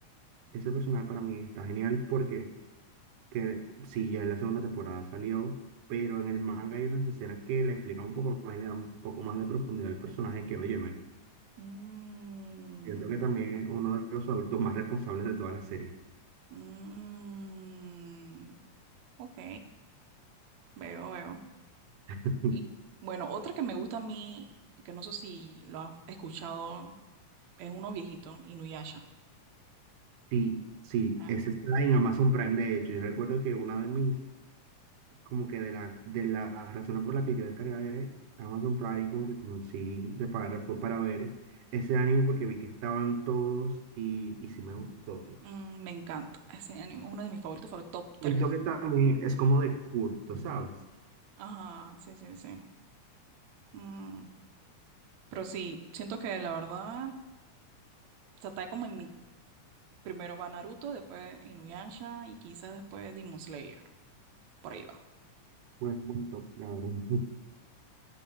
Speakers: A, on the right; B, on the right.
A: Ese personaje para mí está genial porque que, sí, ya en la segunda temporada salió, pero en el manga hay unas escenas que le explican un poco más, y le dan un poco más de profundidad al personaje que, óyeme,
B: Mm,
A: siento que también es uno de los adultos más responsables de toda la serie.
B: mm, ok, veo, veo.
A: <laughs>
B: Y, Bueno, otra que me gusta a mí, que no sé si lo has escuchado, es uno viejito, Inuyasha.
A: Sí, sí,
B: Ah,
A: ese está en Amazon Prime, de hecho. Yo recuerdo que una de mis como que de la, de la razón por la que yo descargué Amazon Prime, como que sí de pagar fue para ver ese ánimo porque vi que estaban todos y, y sí me gustó.
B: mm, me encanta. Ese anime es uno de mis favoritos, fue el top tres
A: Siento que también es como de culto, ¿sabes?
B: Ajá, sí, sí, sí. Mm, pero sí, siento que la verdad, se está como en mi... Primero va Naruto, después Inuyasha y quizás después Demon Slayer. Por ahí va.
A: Buen, buen top, la verdad. <laughs>